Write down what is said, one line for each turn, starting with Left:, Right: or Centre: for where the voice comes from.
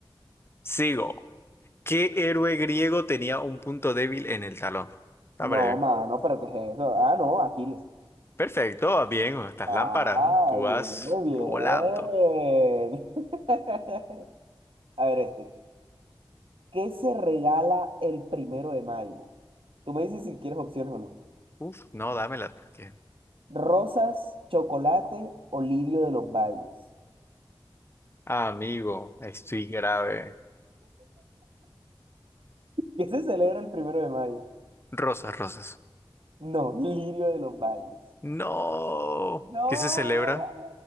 Left: Sigo. ¿Qué héroe griego tenía un punto débil en el talón? Está
Right: No,
Left: breve.
Right: Dale. mano, pero ¿qué es eso? Ah, no, Aquiles.
Left: Perfecto, bien, estas
Right: Ah,
Left: lámparas, ¿no? Tú vas
Right: bien, bien.
Left: volando.
Right: <laughs> A ver, este. ¿Qué se regala el primero de mayo? Tú me dices si quieres opciones o no.
Left: Uf, no, dámelas porque.
Right: ¿Rosas, chocolate o lirio de los valles?
Left: Amigo, estoy grave.
Right: ¿Qué se celebra el primero de mayo?
Left: Rosas, rosas.
Right: No, lirio de los valles.
Left: No.
Right: No.
Left: ¿Qué se celebra?